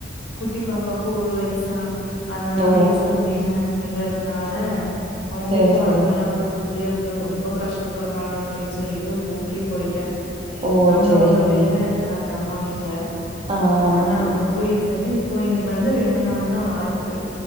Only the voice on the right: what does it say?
ஓ
செரி
செரிங்க
ஓ
செரிங்க
ஆ
இப்-